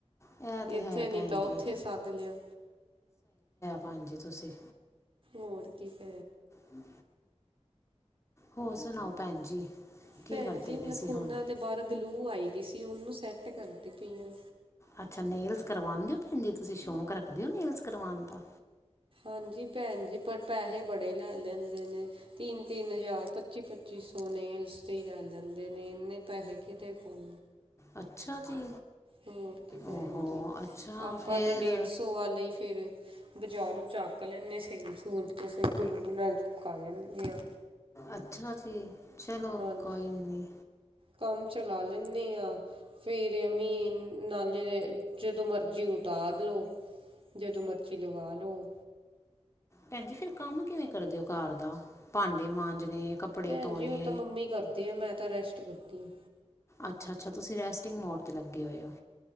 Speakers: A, on the left (about 25°); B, on the right (about 50°).
A: ਇਹ ਤੇ
B: ਇੱਥੇ
A: ਹੈ
B: ਨੀ
A: ਭੈਣ
B: ਤਾਂ ਉਓਥੇ
A: ਜੀ
B: ਸੱਦ ਲਿਆ
A: ਹਾਂਜੀ ਤੁਸੀਂ
B: ਹੋਰ ਕੀ ਫ
A: ਹਮ ਹੋਰ ਸੁਣਾਓ ਭੈਣ ਜੀ ਕੀ
B: ਭੈਣ
A: ਕਰਦੇ
B: ਜੀ
A: ਪਏ
B: ਨਖੂਨਾ
A: ਸੀ ਹੁਣ
B: ਦੇ ਬਾਰ ਗਲੂ ਉਹ ਆਈ ਦੀ ਸੀ ਉਹਨੂੰ ਸੈੱਟ ਕਰਦੀ ਪਈ ਆ
A: ਅੱਛਾ ਨੇਲਸ ਕਰਵਾਉਂਦੇਓ ਭੈਣ ਜੀ ਤੁਸੀਂ ਸ਼ੌਂਕ ਰੱਖਦੇ ਹੋ ਨੇਲਸ ਕਰਵਾਉਣ ਦਾ
B: ਹਾਂਜੀ ਭੈਣ ਜੀ ਪਰ ਪੇਹੇ ਬੜੇ ਲੈ ਲੈਂਦੇ ਨੇ ਤਿੰਨ ਤਿੰਨ ਹਜ਼ਾਰ ਪੱਚੀ ਪੱਚੀ ਸੌ ਨੇਲਸ ਤੇ ਲੈ ਲੈਂਦੇ ਨੇ ਇਨੇ ਪੈਸੇ ਕਿਤੇ ਕੋਲ
A: ਅੱਛਾ ਜੀ
B: ਹੋਰ ਕੀ ਭੈਣ
A: ਓਹੋ
B: ਜੀ
A: ਅੱਛਾ
B: ਆਪਾਂ
A: ਫਿਰ
B: ਤਾਂ ਡੇਢ ਸੌ ਵਾਲੇ ਫੇਿਰ ਬਾਜ਼ਾਰੋਂ ਚੱਕ ਲੈਂਦੇ ਸੇਲ ਸੂਲ ਜਸੇ ਗੁਲੂ ਗੁਲ ਕਾਲੇ ਆ
A: ਅੱਛਾ ਜੀ ਚਲੋ
B: ਹਾਂਜੀ
A: ਕੋਈ ਨੀ
B: ਕੰਮ ਚਲਾ ਲੈਂਦੇ ਹਾਂ ਫੇਰ ਮ ਨਾਲੇ ਜਦੋਂ ਮਰਜ਼ੀ ਉਤਾਰ ਲੋ ਜਦੋਂ ਮਰਜ਼ੀ ਲਗਾ ਲਓ
A: ਭੈਣਜੀ ਫਿਰ ਕੰਮ ਕਿਵੇਂ ਕਰਦੇ ਹੋ ਕਾਰ ਦਾ ਭਾਂਡੇ ਮਾਂਜਣੇ ਕੱਪੜੇ
B: ਭੈਣ
A: ਧੋਣੇ
B: ਜੀ ਉਹ ਤਾਂ ਮੰਮੀ ਕਰਦੀ ਆ ਮੈਂ ਤਾਂ ਰੈਸਟ ਘਟ ਕਰਦੀ
A: ਅੱਛਾ ਅੱਛਾ ਤੁਸੀਂ ਰੈਸਟਿੰਗ ਮੋਡ 'ਤੇ ਲੱਗੇ ਹੋਏ ਹੋ